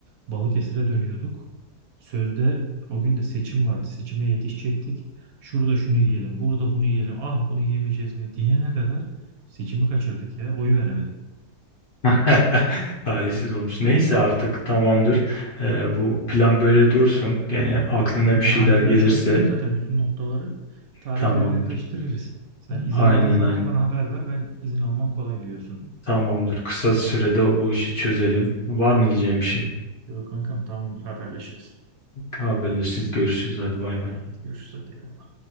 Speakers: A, on the right; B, on the left.
A: Balıkesir'e dönüyorduk. Sözde o gün de seçim vardı. Seçime yetişecektik. Şurada şunu yiyelim, burada bunu yiyelim. Ah bunu yemeyeceğiz mi diyene kadar seçimi kaçırdık ya. Oy veremedim.
B: <laughs> Talihsiz olmuş. Neyse artık tamamdır. Ee, bu plan böyle dursun. Gene aklına
A: Tamam
B: bir
A: ben
B: şeyler
A: haritada
B: gelirse
A: işaretledim zaten bütün noktaları. Tarihleri
B: tamamdır.
A: netleştiririz. Sen izin
B: Aynen
A: aldığın zaman
B: aynen.
A: bana haber ver. Ben izin almam kolay biliyorsun.
B: Tamamdır. Kısa sürede bu işi çözelim. Var mı diyeceğim bir şey?
A: Yok kankam tamamdır haberleşiriz.
B: Haberleşiriz, görüşürüz. Hadi bay bay.
A: Hadi görüşürüz hadi.